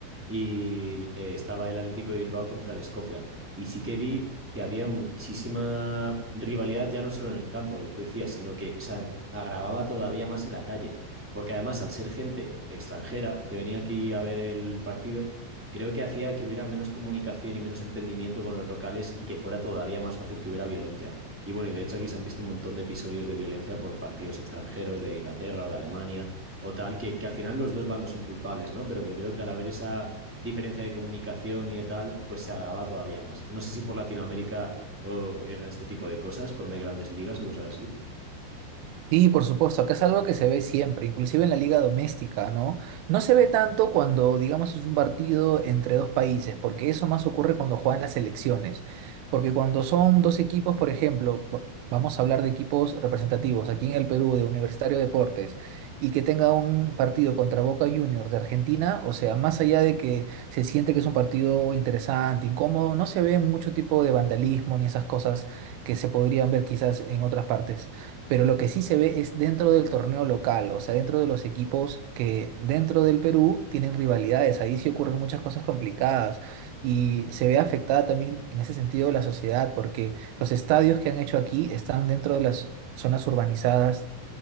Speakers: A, in the centre; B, on the right (about 85°).
A: y eh, estaba el Atlético de Bilbao contra el Escocia. Y sí que vi que había muchísima rivalidad, ya no solo en el campo, lo que tú decías, sino que se agravaba todavía más en la calle. Porque además, al ser gente extranjera que venía aquí a ver el partido, creo que hacía que hubiera menos comunicación y menos entendimiento con los locales y que fuera todavía más fácil que hubiera violencia. Y bueno, y de hecho aquí se han visto un montón de episodios de violencia por partidos extranjeros de Inglaterra o de Alemania o tal, que, que al final los dos bandos son culpables, ¿no? Pero que creo que al haber esa diferencia de comunicación y de tal, pues se agrava todavía más. No sé si por Latinoamérica oh, ocurrieran este tipo de cosas con de grandes ligas o cosas así.
B: Sí, por supuesto, acá es algo que se ve siempre, inclusive en la liga doméstica, ¿no? No se ve tanto cuando, digamos, es un partido entre dos países, porque eso más ocurre cuando juegan las selecciones, porque cuando son dos equipos, por ejemplo, va- vamos a hablar de equipos representativos aquí en el Perú, de Universitario de Deportes, y que tenga un partido contra Boca Juniors de Argentina, o sea, más allá de que se siente que es un partido interesante, incómodo, no se ve mucho tipo de vandalismo ni esas cosas que se podrían ver quizás en otras partes pero lo que sí se ve es dentro del torneo local, o sea, dentro de los equipos que dentro del Perú tienen rivalidades, ahí sí ocurren muchas cosas complicadas y se ve afectada también en ese sentido la sociedad, porque los estadios que han hecho aquí están dentro de las zonas urbanizadas